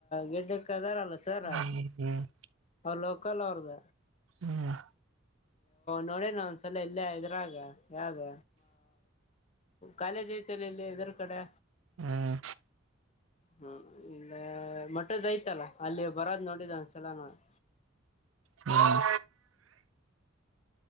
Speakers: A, on the left; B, on the right.
A: ಗೆಡ್ಡಕ್ಕ ಅದಾರ ಅಲ್ಲ ಸರ
B: ಹ್ಮ್
A: ಲೋಕಲ್ ಅವ್ರದ
B: ಹ್ಮ
A: ನೋಡ ನ ಒಂದ್ಸಲ ಇಲ್ಲೇ ಇದ್ರಾಗ ಯಾವ್ದ ಕಾಲೇಜ್ ಐತೆಲ್ಲ ಇಲ್ಲಿ ಇದರ ಕಡೆ
B: ಹ್ಮ್
A: ಹ್ಮ ಅ ಮೊಟ್ಟದ ಐತಲ್ಲ ಅಲ್ಲಿ ಬರೋದ್ ನೋಡಿದ ಒಂದ್ಸಲ ನೋಡಿ
B: ಹ್ಮ್